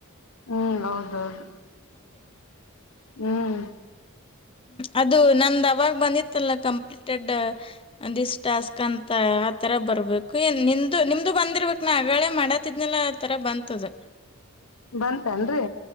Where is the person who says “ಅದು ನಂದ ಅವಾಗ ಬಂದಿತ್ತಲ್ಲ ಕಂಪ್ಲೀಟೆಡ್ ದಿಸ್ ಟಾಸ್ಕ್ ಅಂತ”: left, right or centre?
Left